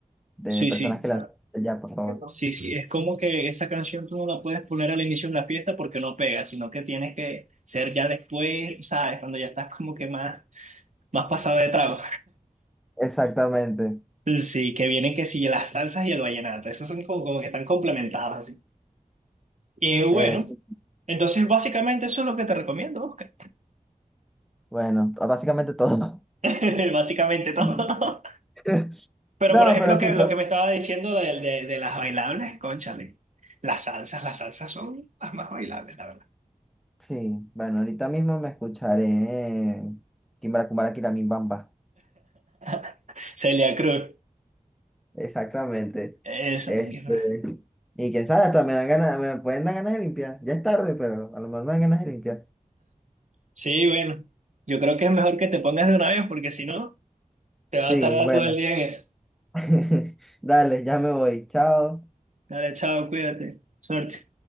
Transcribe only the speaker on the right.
Sí,
sí.
Sí, sí, es como que esa canción tú no la puedes poner al inicio de una fiesta porque no pega, sino que tienes que ser ya después, ¿sabes? Cuando ya estás como que más, más pasado de trago.
Sí, que vienen que sí, las salsas y el vallenato. Esos son como, como que están complementados así. Y bueno,
entonces básicamente eso es lo que te recomiendo, Oscar.
<laughs> Básicamente todo.
Pero
por ejemplo,
que lo
que me estaba diciendo de, de, de las bailables, cónchale. Las salsas, las salsas son las más bailables, la verdad.
<laughs> Celia Cruz.
Esa
misma.
Sí, bueno. Yo creo que es mejor que te pongas de una vez porque si no, te va
a tardar
todo el día en eso.
Dale, chao, cuídate. Suerte.